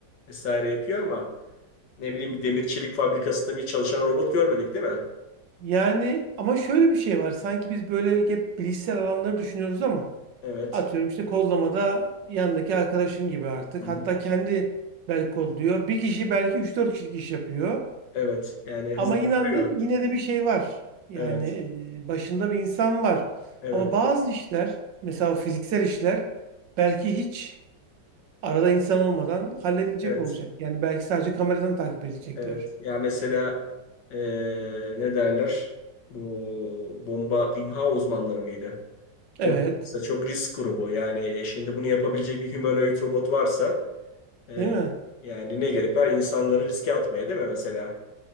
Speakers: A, on the left (about 75°); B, on the right (about 75°).
A: vesaire yapıyor ama Ne bileyim bir demir çelik fabrikasında bir çalışan robot görmedik değil mi?
B: Yani ama şöyle bir şey var. Sanki biz böyle hep bilişsel alanları düşünüyoruz ama
A: Evet.
B: atıyorum işte kodlamada yandaki arkadaşın gibi artık.
A: Hı hı.
B: Hatta kendi belki kodluyor. Bir kişi belki üç dört kişilik iş yapıyor.
A: Evet. Yani hızlı
B: Ama inan
A: yapıyor.
B: da yine de bir şey var. Yani
A: Evet.
B: e, başında bir insan var.
A: Evet.
B: Ama bazı işler, mesela o fiziksel işler belki hiç arada insan olmadan halledilecek
A: Evet.
B: olacak. Yani belki sadece kameradan takip edilecekler.
A: Evet. Ya mesela eee, ne derler? Bu bomba imha uzmanları mıydı?
B: Evet,
A: Onlar mesela çok risk grubu. Yani e, şimdi bunu yapabilecek bir humanoid robot varsa eee,
B: değil mi?
A: yani ne gerek var insanları riske atmaya değil mi mesela?